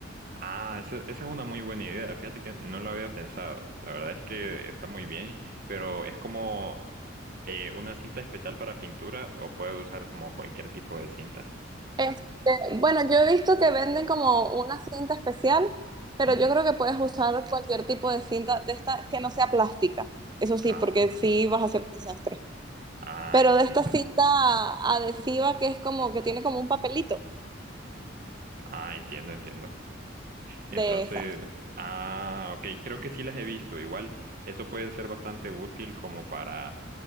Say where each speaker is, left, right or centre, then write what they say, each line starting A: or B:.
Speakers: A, on the right; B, on the right.
A: Ah, esa, esa es una muy buena idea. Fíjate que no lo había pensado. La verdad es que está muy bien, pero es como Eh, ¿una cinta especial para pintura o puedo usar como cualquier tipo de cinta?
B: Este, bueno, yo he visto que venden como una cinta especial, pero
A: Ujú.
B: yo creo que puedes usar cualquier tipo de cinta de esta que no sea plástica. Eso sí,
A: Ah,
B: porque sí vas a hacer un desastre.
A: ah,
B: Pero
A: entiendo.
B: de esta cinta adhesiva que es como que tiene como un papelito
A: Ah, entiendo, entiendo.
B: de
A: Entonces,
B: esa.
A: ah, ok, creo que sí las he visto. Igual, eso puede ser bastante útil como para,